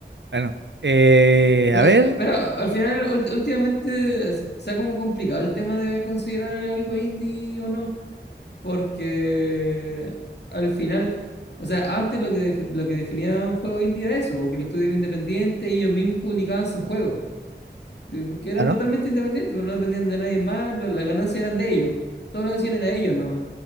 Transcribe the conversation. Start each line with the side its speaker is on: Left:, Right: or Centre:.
Right: Bueno, eh,
Left: Eh,
Right: a ver,
Left: Pero al final, ult- últimamente, es- se ha como complicado el tema de considerar algo indie o no, porque al final, o sea, antes lo que, def- lo que definía un juego indie era eso, porque el estudio era independiente y ellos mismos publicaban sus juegos, eh, porque eran
Right: claro.
Left: totalmente independientes, porque no dependían de nadie más, la- las ganancias eran de ellos, todo lo que hacían era ellos nomás,